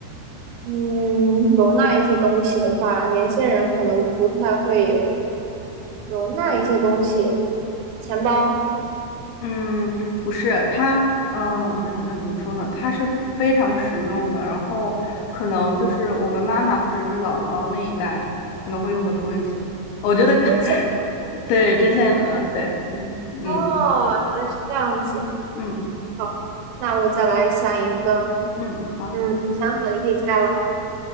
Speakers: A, on the right; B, on the left.
A: 嗯，容纳一些东西的话，年轻人可能不太会有容纳一些东西，钱包、
B: 嗯，不是，它，嗯、我想想该怎么说呢？它是非常实用的，然后可能就是我们妈妈或者是姥姥那一代可能会用的多一些。我觉得，
A: 边线。
B: <laughs> 对，针线盒，对，嗯嗯
A: 哦，原来是这样子。
B: 嗯
A: 好，那我再来想一个。
B: 嗯，好。
A: 嗯，我想好了，你可以猜了。